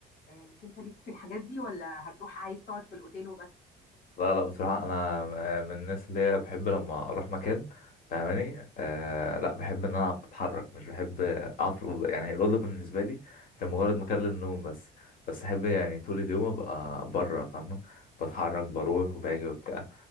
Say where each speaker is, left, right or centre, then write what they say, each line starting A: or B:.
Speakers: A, on the left; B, on the left.
A: اه مش انت ليك في الحاجات دي ولا هتروح عايز تقعد في الاوتيل وبس
B: لا لا بصراحة أنا آه، من الناس اللي هي بحب لما أروح مكان فاهماني آه لا بحب إن أنا أتحرك مش بحب أقعد في الأوضة يعني الأوضة بالنسبة لي هي مجرد مكان للنوم بس بس أحب يعني طول اليوم أبقى بره فاهمة بتحرك بروح وباجي وبتاع